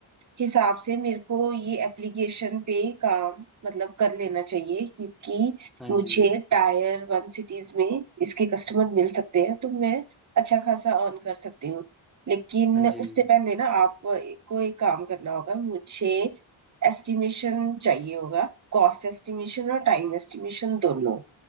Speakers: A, on the right; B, in the centre.
A: हिसाब से मेरे को ये एप्लीकेशन पे काम मतलब कर लेना चाहिए क्योंकि
B: हाँ
A: मुझे
B: जी
A: टायर वन सिटीज में इसके कस्टमर मिल सकते हैं तो मैं अच्छा खासा अर्न कर सकती हूँ लेकिन
B: हाँ जी
A: उससे पहले ना आपको एक काम करना होगा मुझे एस्टिमेशन चाहिए होगा कॉस्ट एस्टिमेशन और टाइम एस्टिमेशन दोनों